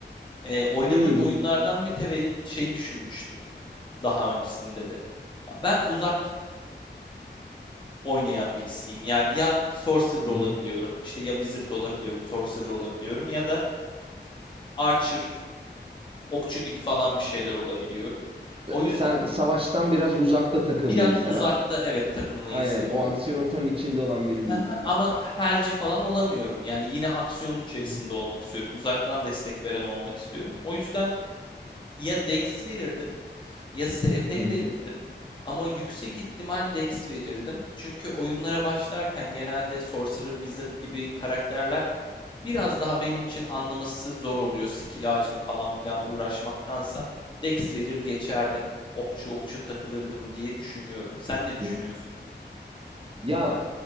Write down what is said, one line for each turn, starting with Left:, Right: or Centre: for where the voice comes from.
Left: Ee, oynadığım
Right: Hmm, iyi.
Left: oyunlardan mütevellit şey düşünmüştüm daha öncesinde de. Ha, Ben uzak oynayan birisiyim. Yani ya sorcerer olabiliyorum,
Right: Hı hı.
Left: işte ya wizard olabiliyorum, sorcerer olabiliyorum ya da archer okçu gibi falan bir şeyler olabiliyorum. O yüzden
Right: Sen savaştan biraz uzakta takılmayı
Left: biraz
Right: seven.
Left: uzakta evet takılmayı
Right: Aynen
Left: seviyorum.
Right: o aksiyonun tam içinde olan biri
Left: Hı
Right: değilsin.
Left: hı, Ama helci falan olamıyorum. Yani yine aksiyonun içerisinde
Right: Hı hı.
Left: olmak istiyorum. Uzaktan destek veren olmak istiyorum. O yüzden ya Dex verirdim ya SP
Right: Hı hı.
Left: verirdim. Ama yüksek ihtimal Dex verirdim. Çünkü oyunlara başlarken genelde Sorcerer, Wizard gibi karakterler Biraz daha benim için anlaması zor oluyor. Skill ağacını falan filan uğraşmaktansa Dex verir geçerdim. Okçu okçu takılırdım diye düşünüyorum. Sen ne düşünüyorsun?
Right: hı. Ya